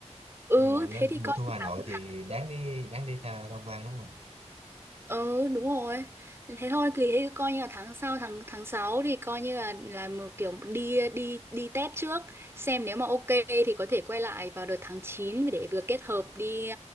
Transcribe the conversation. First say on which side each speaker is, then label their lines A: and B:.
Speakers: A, on the right; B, on the right.
A: ừ
B: nhưng mà nghe
A: thế
B: mùa
A: thì coi
B: thu Hà
A: như
B: Nội
A: tháng
B: thì
A: tháng
B: đáng đi đáng đi tha- tham quan lắm mà
A: ừ đúng rồi thế thôi thì thế coi như là tháng sau tháng tháng 6 thì coi như là là một kiểu đi đi đi test trước xem nếu mà ok thì có thể quay lại vào đợt tháng 9 để vừa kết hợp đi